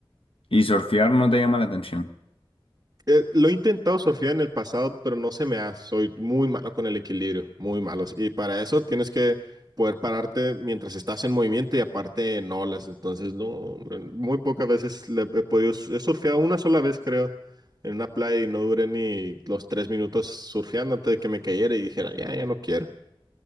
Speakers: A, on the left; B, on the right.
A: y surfear no te llama la atención.
B: eh, lo he intentado surfear en el pasado, pero no se me da. Soy muy malo con el equilibrio, muy malos. Y para eso tienes que poder pararte mientras estás en movimiento y aparte en olas. Entonces, no, hombre, muy pocas veces le he podido. He surfeado una sola vez, creo, en una playa y no duré ni los tres minutos surfeando antes de que me cayera y dijera, ya, ya no quiero.